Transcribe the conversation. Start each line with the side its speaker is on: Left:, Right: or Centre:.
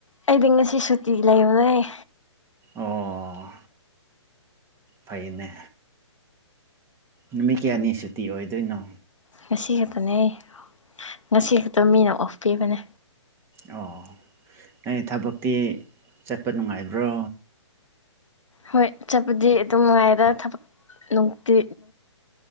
Left: ꯑꯩꯗꯤ ꯉꯁꯤ ꯁꯨꯇꯤ ꯂꯩꯕꯅꯦ
Right: ꯑꯣ ꯐꯩꯅꯦ ꯅꯨꯃꯤꯠ ꯀꯌꯥꯅꯤ ꯁꯨꯇꯤ ꯑꯣꯏꯗꯣꯏꯅꯣ
Left: ꯉꯁꯤ ꯈꯛꯇꯅꯦ ꯑꯩ ꯉꯁꯤ ꯈꯛꯇ ꯃꯤꯅ ꯑꯣꯐ ꯄꯤꯕꯅꯦ
Right: ꯑꯣ ꯅꯣꯏ ꯊꯕꯛꯇꯤ ꯆꯠꯄ ꯅꯨꯡꯉꯥꯏꯕ꯭ꯔꯣ
Left: ꯍꯣꯏ ꯆꯠꯄꯗꯤ ꯑꯗꯨꯝ ꯅꯨꯡꯉꯥꯏꯗ ꯊꯕꯛꯅꯨꯡꯇꯤ